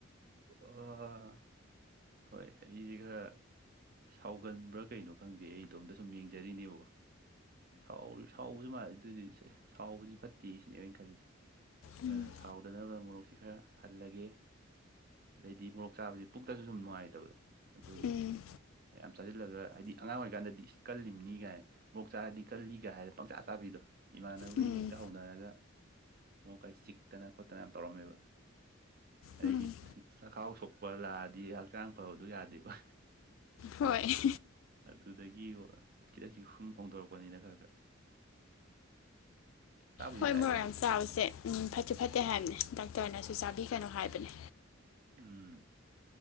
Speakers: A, on the right; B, on the left.
A: ꯑꯥ ꯍꯣꯏ ꯑꯩꯖꯤ ꯈꯔ ꯁꯥꯎꯒꯟꯕ꯭ꯔꯥ ꯀꯩꯅꯣ ꯈꯪꯗꯦ ꯑꯩ ꯏꯇꯣꯝꯗ ꯁꯨꯝ ꯌꯦꯡꯖꯔꯤꯅꯦꯕꯀꯣ ꯁꯥꯎ ꯁꯥꯎꯕꯁꯨ ꯃꯥꯜꯂꯤ ꯑꯗꯨꯗꯤ ꯁꯦ ꯁꯥꯎꯕꯁꯤ ꯐꯠꯇꯦ ꯁꯤꯅꯦ ꯑꯩ ꯈꯜꯂꯤꯁꯦ
B: ꯎꯝ
A: ꯑꯗꯨꯅ ꯁꯥꯎꯗꯅꯕ ꯃꯣꯔꯣꯛꯁꯤ ꯈꯔ ꯍꯜꯂꯒꯦ ꯑꯗꯩꯗꯤ ꯃꯣꯔꯣꯛ ꯆꯥꯕꯖꯤ ꯄꯨꯛꯇꯁꯨ ꯁꯨꯝ ꯅꯨꯡꯉꯥꯏꯇꯕꯗꯣ ꯑꯗꯨꯒꯤ
B: ꯎꯝ
A: ꯌꯥꯝ ꯆꯥꯖꯤꯜꯂꯒ ꯍꯥꯏꯗꯤ ꯑꯉꯥꯡ ꯑꯣꯏꯀꯥꯟꯗꯗꯤ ꯏꯁ ꯀꯜꯂꯤꯝꯅꯤ ꯀꯥꯏꯅ ꯃꯣꯔꯣꯛ ꯆꯥꯔꯗꯤ ꯀꯜꯂꯤꯒ ꯍꯥꯏ ꯄꯪꯆꯥ ꯆꯥꯕꯤꯗꯣ ꯏꯃꯥꯟꯅꯕꯒꯩ
B: ꯎꯝ
A: ꯍꯦꯛꯇ ꯍꯧꯅꯔꯒ ꯃꯣꯔꯣꯀ ꯆꯤꯛꯇꯅ ꯈꯣꯠꯇꯅ ꯌꯥꯝ ꯇꯧꯔꯝꯃꯦꯕ ꯑꯗꯩꯗꯤ
B: ꯎꯝ
A: ꯆꯈꯥꯎ ꯁꯣꯛꯄ ꯂꯥꯛꯑꯗꯤ ꯍꯛꯆꯥꯡ ꯐꯕꯗꯨ ꯌꯥꯗꯦꯕ
B: ꯍꯣꯏ
A: ꯑꯗꯨꯗꯒꯤ <unintelligible> ꯐꯣꯡꯗꯣꯔꯛꯄꯅꯤꯗ ꯈꯔ ꯈꯔ ꯆꯥꯕꯨꯗꯤ
B: ꯍꯣꯏ
A: ꯆꯥꯏꯗ
B: ꯃꯣꯔꯣꯛ
A: ꯑꯗꯨ
B: ꯌꯥꯝ ꯆꯥꯕꯁꯦ ꯎꯝ ꯐꯠꯁꯨ ꯐꯠꯇꯦ ꯍꯥꯏꯝꯅꯦ ꯗꯥꯛꯇꯔꯅꯁꯨ ꯆꯥꯕꯤꯒꯅꯨ ꯍꯥꯏꯕꯅꯦ
A: ꯎꯝ